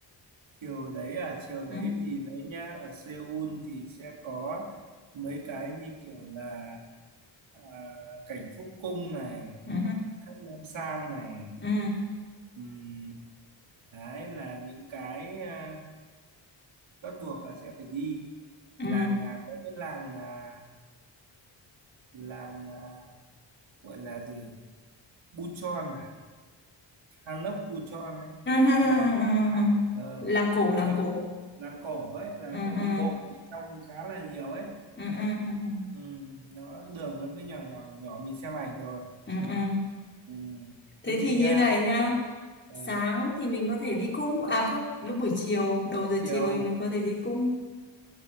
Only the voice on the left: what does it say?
Ừ,
ừ,
ừ,
ừ,
ừ, ừ,
ừ.
Làng cổ, làng
cổ.
Ừ,
ừ,
ừ, ừ, ừ, ừ.
ừ, ừ.
Thế
thì như
này nhá.
sáng thì mình có thể đi cung à không lúc buổi chiều đầu giờ
chiều thì mình có thể đi cung